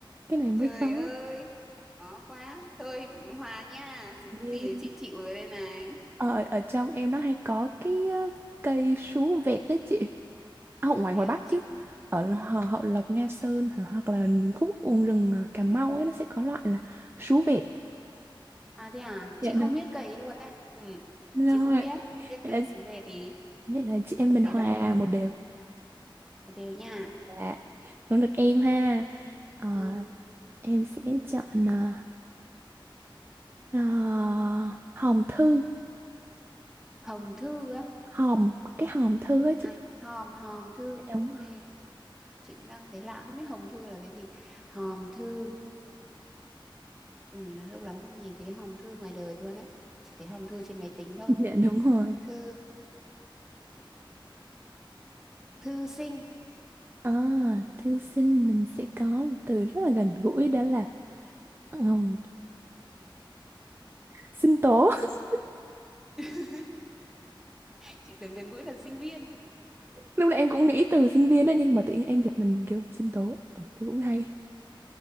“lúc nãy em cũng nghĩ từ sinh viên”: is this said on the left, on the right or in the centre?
Right